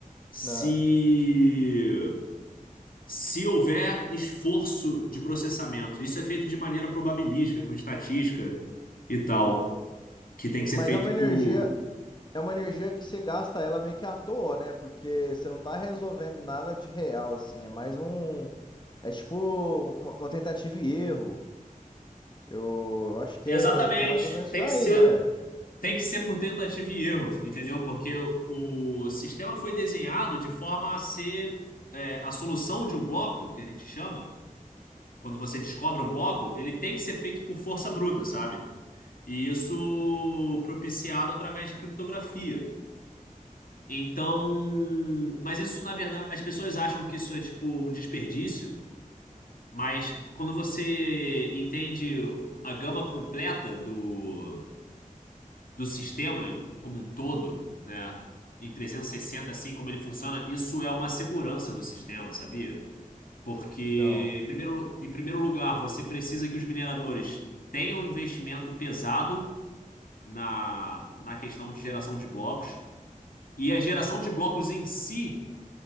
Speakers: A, on the left; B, on the left.
A: se
B: Ah.
A: se houver esforço de processamento, isso é feito de maneira probabilística, com estatística e tal, que tem que ser
B: Mas
A: feito
B: é uma
A: por.
B: energia, é uma energia que você gasta ela meio que à toa, né? Porque você não tá resolvendo nada de real, assim. É mais um, é tipo uma uma tentativa e erro. Eu, eu acho que
A: Exatamente.
B: é, que é mais ou menos
A: Tem
B: isso daí,
A: que ser,
B: não é?
A: tem que ser por tentativa e erro, entendeu? Porque o sistema foi desenhado de forma a ser é, a solução de um bloco, que a gente chama, quando você descobre um bloco, ele tem que ser feito por força bruta, sabe? E isso propiciado através de criptografia. Então, mas isso na verdade, as pessoas acham que isso é tipo um desperdício, mas quando você entende a gama completa do, do sistema como um todo, né, em 360 assim como ele funciona, isso é uma segurança do sistema, sabia? Porque
B: Não.
A: em primeiro, em primeiro lugar, você precisa que os mineradores tenham um investimento pesado na, na questão de geração de blocos, e a geração de blocos em si